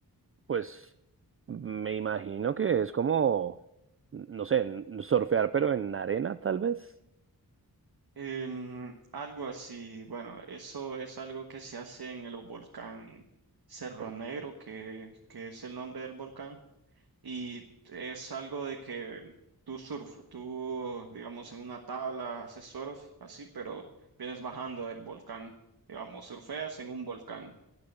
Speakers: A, on the right; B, on the right.
A: Pues me imagino que es como, no sé, n- surfear, pero en arena tal vez.
B: Em, algo así, bueno, eso es algo que se hace en el volcán Cerro
A: Ok.
B: Negro, que, que es el nombre del volcán. y es algo de que tú surf, tú, digamos, en una tabla haces surf, así, pero vienes bajando del volcán, digamos, surfeas en un volcán,